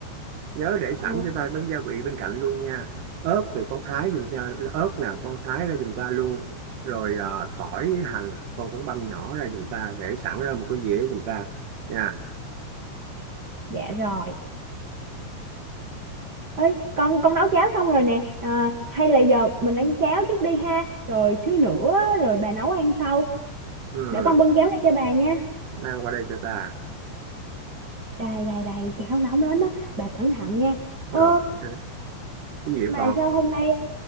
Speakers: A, on the right; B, on the right.
A: nhớ để sẵn
B: ờ,
A: cho ta bánh gia vị bên cạnh luôn nha ớt thì con thái giùm ta ớt nào con thái ra giùm ta luôn rồi à, tỏi hành con cũng băm nhỏ ra giùm ta để sẵn ra một cái dĩa giùm ta nha
B: dạ rồi ơi con con nấu cháo xong rồi nè à, hay là giờ mình ăn cháo trước đi ha rồi xíu nữa á, rồi bà nấu ăn sau
A: ừ,
B: để con bưng cháo ra cho bà nha
A: mang qua đây cho ta
B: đầy đầy đầy cháo nóng lắm á bà cẩn thận nha ơ
A: rồi ừ, cái gì
B: mà
A: còn
B: sao hôm nay